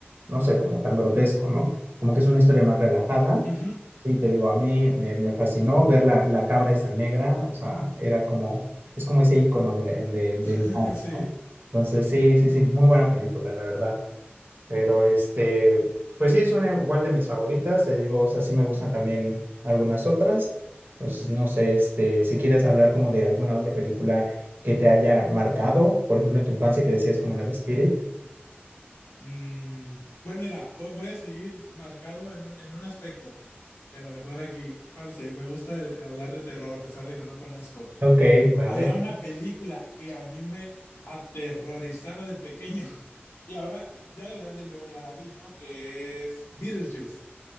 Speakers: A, on the right; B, on the left.
A: no sé, como tan grotesco, ¿no? Como que es una historia más relajada.
B: <laughs> Ujú,
A: Sí, te digo, a mí me, me fascinó ver la, la cabra esa negra, o sea, era como, es como ese icono del, en- de- del
B: <laughs>
A: mal,
B: sí.
A: ¿no? Entonces, sí, sí, sí, muy buena película, la verdad. Pero este, pues sí, es una igual de mis favoritas, te digo, o sea, sí me gustan también algunas otras. Entonces, no sé, este, si quieres hablar como de alguna otra película que te haya marcado, por ejemplo, en tu infancia que decías como la de Spirit.
B: Mm, bueno, mira, vo- voy a seguir marcado en un, en un aspecto que a lo mejor aquí, parce, me gusta eh, hablar de terror a pesar de que no conozco.
A: Ok, vale.
B: Había una película que a mí me aterrorizaba de pequeño <laughs> y ahora ya de grande luego ya la vi, ¿no? Que es Beetlejuice